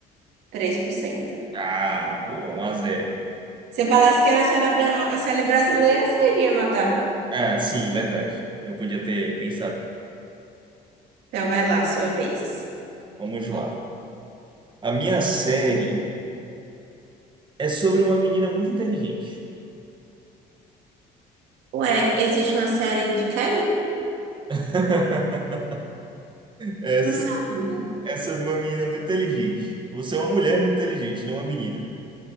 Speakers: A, on the right (about 80°); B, on the right (about 30°).
A: Três por cento.
B: Ah, boa, 1 a 0.
A: Se eu falasse que era a série bra- a série brasileira, seria matar.
B: Ah, sim, verdade. Eu podia ter pensado.
A: Então vai lá, sua vez.
B: Vamos lá. A minha série é sobre uma menina muito inteligente.
A: Ué, existe uma série de Kelly?
B: <laughs> Essa
A: Não sabia.
B: é sobre uma menina muito inteligente. Você é uma mulher muito inteligente, não uma menina.